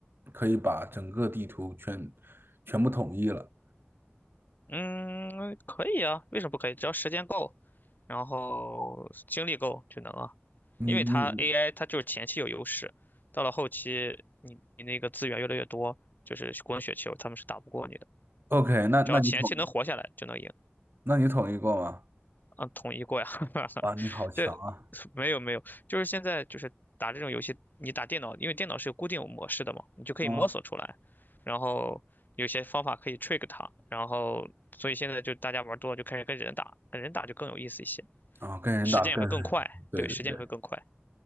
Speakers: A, on the right; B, on the left.
A: 可以把整个地图全全部统一了。
B: 嗯，可以啊，为什么不可以？只要时间够。然后精力够就能啊，
A: 你你
B: 因为它 AI 它就是前期有优势，到了后期你你那个资源越来越多，就是滚雪球，他们是打不过你的。
A: OK？那那你统
B: 只要前期能活下来就能赢。
A: 那你统一过吗？
B: 嗯，统一过呀，<laughs>
A: 哇，你好强啊！
B: 对，没有没有，就是现在就是打这种游戏，你打电脑，因为电脑是有固定模式的嘛，你就可以摸索出来，
A: 啊、
B: 然后有些方法可以 trick 它，然后所以现在就大家玩多了就开始跟人打，跟人打就更有意思一些，
A: 啊，跟人打跟，
B: 时间也会更快，
A: 对对对。
B: 对，时间也会更快。